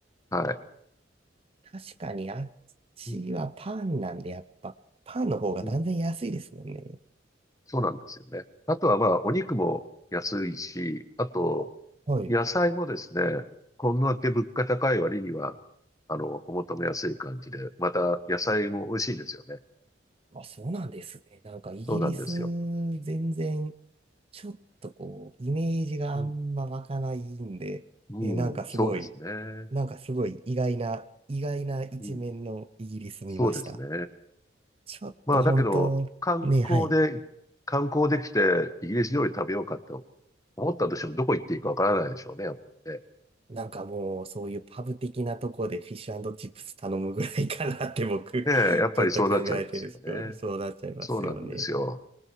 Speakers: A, on the left (about 20°); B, on the right (about 30°).
A: はい。
B: 確かに、あっちはパンなんで、
A: うん、
B: やっぱ、パンの方が断然安いですよね。
A: うん。そうなんですよね。あとはまあ、お肉も安いし、あと、
B: あはい。
A: 野菜もですね、こんだけ物価高い割には、あの、お求めやすい感じで、また野菜も美味しいんですよね。
B: お、あ、そうなんですね。なんか、イギリス、
A: そうなんですよ。
B: 全然、ちょっとこう、イメージがあんま湧かないんで、
A: うん、うん、
B: えーなんかすごい、
A: そうですね。
B: なんかすごい意外な、意外な一面のイギリス見ました。
A: うん、そうですね。
B: ちょっと本当、
A: まあ、だけど、観光で、
B: ね、はい。
A: 観光できて、イギリス料理食べようかと思ったとしても、どこ行っていいかわからないでしょうね、やっぱりね。
B: なんかもうそういうパブ的なとこでフィッシュチップス頼むぐらいかなって僕、
A: ねえ、
B: <laughs>
A: やっぱりそうなっちゃいますよね。
B: ちょっと考えてるんですけど、そうなっちゃいますよね。
A: そうなんですよ。